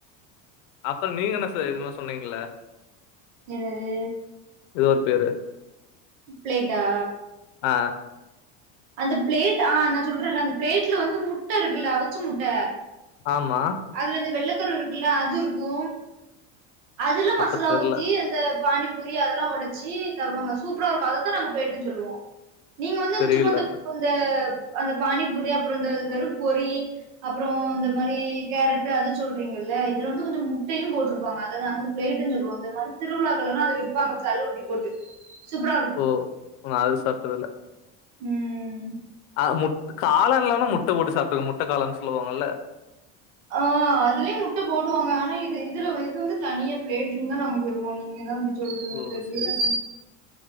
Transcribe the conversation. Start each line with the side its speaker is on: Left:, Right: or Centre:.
Left: அப்புறோ நீங்க என்ன செய்றது என்னமோ சொன்னிங்கள
Right: என்னது
Left: இதோரு பேரு
Right: பிலேட்டா
Left: ஆ
Right: அந்த பிளேட் அ நா சொல்றேன்ல அந்த பிளேட்ல வந்து முட்ட இருக்குல்ல அவுச்ச முட்ட
Left: ஆமா
Right: அதுல இந்த வெள்ளக்கரு இருக்குல்ல அது இருக்கு அதுல
Left: அப்ப
Right: மசலா
Left: தெர்ல
Right: ஊத்தி அந்த பானிபூரி அதெல்லா ஒடச்சு தருவாங்க சூப்பரா இருக்கு அதத்தா நாங்க ப்ளேட்டுன்னு சொல்லுவோ நீங்க வந்து அந்த
Left: தெரியல
Right: சும்மா இந்தப் அந்த அந்த பானிபூரி அப்பறோ இந்த வெறு பொறி அப்பறோ இந்த மாரி கேரட்டு அது சொல்றீங்கல்ல இது வந்து கொஞ்சோ முட்டயு போட்ருப்பாங்க அததா நாங்க வந்து ப்ளேட்டுன்னு சொல்லுவோ இந்த மாரி திருவிழாக்க லா அத விப்பாங்க தள்ளுவண்டி போட்டு சூப்பரா இருக்கும்.
Left: ஓ அது சாப்ட்டதுல்ல
Right: ம்
Left: அ முட் காளான்லாலா முட்ட போட்டு சாப்ட்டுருக்கே முட்ட காளான் சொல்லுவாங்கல்ல
Right: அ அதுலய முட்ட போடுவாங்க ஆனா இது இதுல இது வந்து தனிய பிளேட்டுன்னு தா நாங்க சொல்லுவோ நீங்கதா அப்டி சொ ல்றீங்க
Left: ஓ
Right: தெரியல
Left: சரி சரி